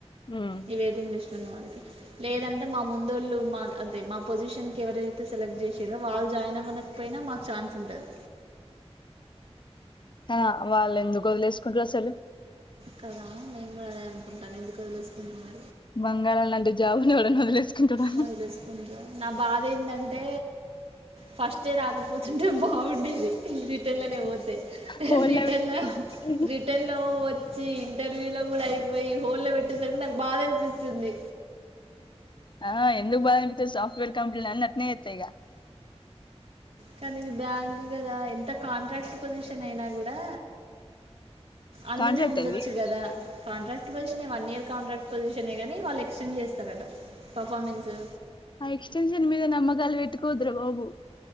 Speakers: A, on the left; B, on the right.
A: ఉమ్.
B: ఈ వెయిటింగ్ లిస్ట్ <unintelligible> లేదంటే మా ముందోళ్ళు మా అదే మా పొజిషన్ కి ఎవరైతే సెలెక్ట్ చేషిరో వాళ్ళు జాయిన్ అవ్వనకపోయినా మాకు ఛాన్స్ ఉంటది
A: అ వాళ్ళు ఎందుకు వదిలేసుకుంటరు అసలు
B: కదా నేను కూడా అదే అనుకుంటాను ఎందుకు తెలుసుకుంటున్నా
A: బంగారం లాంటి జాబు ని ఎవడైనా వదిలేసుకుంటడా
B: వదిలేసుకుంటా నా బాధ ఏందంటే ఫస్టె రాకపోతుంటే బాగుండేది ఈ రిటర్న్ లోనే పోతే
A: హోల్డ్
B: రిటర్న్
A: పెట్టి
B: లో రిటర్న్ లో వచ్చి ఇంటర్వ్యూ లో కూడా అయిపోయి హోల్డ్ లో పెట్టేసరికి నాకు బాధ అనిపిస్తుంది
A: ఆహా ఎందుకు బాధ అనిపించదు సాఫ్ట్వేర్ కంపెనీలన్నీ అట్నే చేస్తాయి గా
B: కానీ ఇది బ్యాంక్ కదా ఎంత కాంట్రాక్ట్ పొజిషన్ అయినా కూడా అన్ననే
A: కాంట్రాక్ట్
B: ఉండొచ్చు
A: అది
B: కదా కాంట్రాక్ట్ పొజిషనే వన్ ఇయర్ కాంట్రాక్ట్ పొజిషనే కానీ వాళు ఎక్స్టెండ్ చేస్తారట పర్ఫార్మెన్సు
A: ఆ ఎక్స్టెన్షన్ మీద నమ్మకాలు పెట్టుకోవద్దు ర బాబు